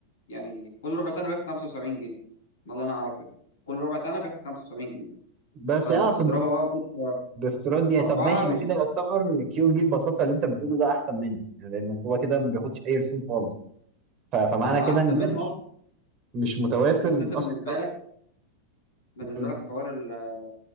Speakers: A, on the left; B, on the right.
A: يعني كل ربع سنة بياخد 75 جنيه ده اللي أنا أعرفه يعني. كل ربع سنة بياخد 75 جنيه
B: بس
A: فأنت
B: يعني
A: بتضربها بقى المفروض في
B: بافتراض
A: في
B: يعني
A: أربعة
B: طب ماشي ما
A: يبقى
B: كده يعتبر كيو ام بي ببساطه اللي انت بتقوله ده احسن منه يعني لان هو كده ما بياخدش اي رسوم خالص ف- فمعنى
A: ما
B: كده
A: هو أحسن
B: ان
A: منه
B: ده مش
A: أه بس
B: مش متوافر
A: بس أنت بالنسبة
B: اصلا بقى
A: لك بالنسبة
B: مم.
A: لك حوار ال-